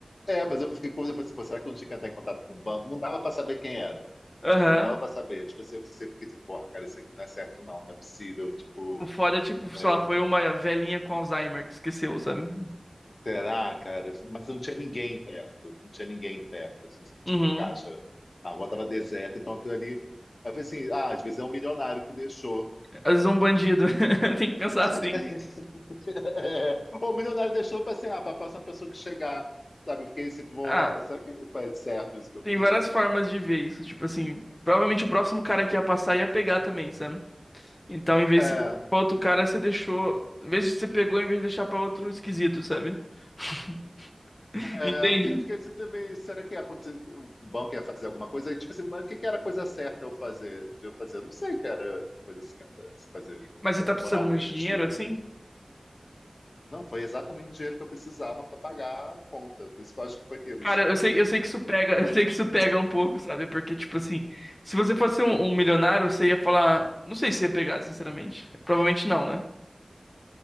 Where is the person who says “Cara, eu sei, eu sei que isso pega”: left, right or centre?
Left